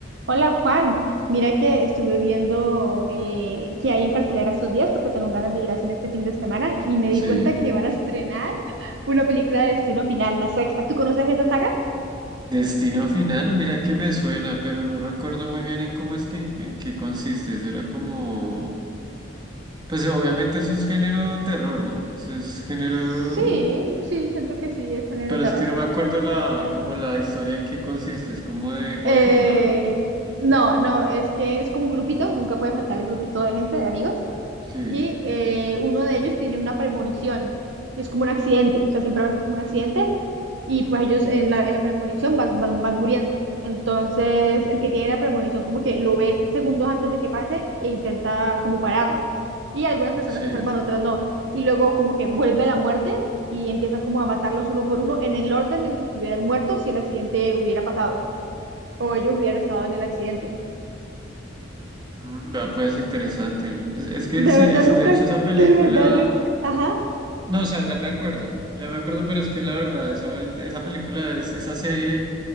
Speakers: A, on the right; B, on the right.
A: Hola Juan, mira que estuve viendo eh, qué hay en cartelera estos días porque tengo ganas de ir al cine este fin de semana y me
B: Sí.
A: di cuenta que van a estrenar una película de Destino Final, la sexta. ¿Tú conoces esa saga?
B: Destino final, mira que me suena, pero no recuerdo muy bien en cómo es que en, en qué consiste. Eso era como, pues obviamente eso es género terror, ¿no? Eso es género,
A: Sí, sí, siento que sí, es género
B: pero
A: de terror.
B: es que no me acuerdo la, como la historia en qué consiste. Es como de juegos,
A: Eh,
B: ¿no?
A: no, no, es que es como un grupito, nunca puede faltar el grupito de gente, de amigos,
B: Sí,
A: y eh, uno de ellos tiene una premonición, es como un accidente, o sea, siempre va a ser como un accidente, y pues ellos en la, en la premonición van, van, van muriendo. Entonces, el que tiene la premonición como que lo ve segundos antes de que pase e intenta como pararlo. Y algunas personas
B: sí.
A: se salvan, otras no. Y luego como que vuelve la muerte y empieza como a matarlos uno por uno en el orden en el que hubieran muerto si el accidente hubiera pasado o ellos hubieran estado en el accidente.
B: Mm, vea, pues interesante. Es, es que
A: De
B: sí,
A: verdad
B: es,
A: nunca,
B: de hecho
A: es
B: esa película.
A: de verdad, nu- ajá.
B: No, o sea, ya me acuerdo, ya me acuerdo, pero es que la verdad, eso es- esa película es, esa serie,